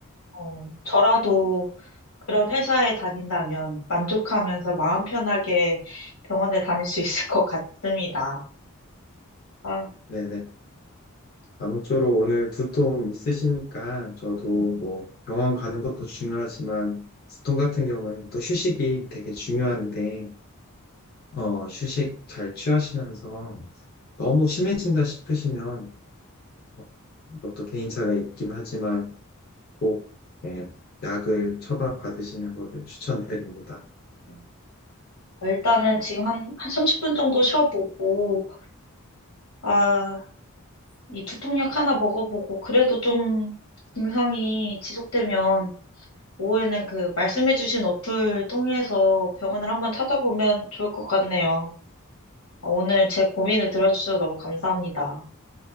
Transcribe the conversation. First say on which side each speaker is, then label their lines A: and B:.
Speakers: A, on the left; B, on the left.
A: 어, 저라도 그런 회사에 다닌다면 만족하면서 마음 편하게 병원에 다닐 수 있을 것 같습니다. 아,
B: 네네. 아무쪼록 오늘 두통 있으시니까 저도
A: 음.
B: 뭐 병원 가는 것도 중요하지만 두통 같은 경우는 또 휴식이 되게 중요한데 어, 휴식 잘 취하시면서 너무 심해진다 싶으시면 어, 이것도 개인차가 있긴 하지만 꼭 예, 약을 처방받으시는 것을 추천드립니다.
A: 네. 어, 일단은 지금 한, 한 30분 정도 쉬어보고 아, 이 두통약 하나 먹어보고, 그래도 좀 증상이 지속되면, 오후에는 그 말씀해주신 어플 통해서 병원을 한번 찾아보면 좋을 것 같네요. 아, 오늘 제 고민을 들어주셔서 너무 감사합니다.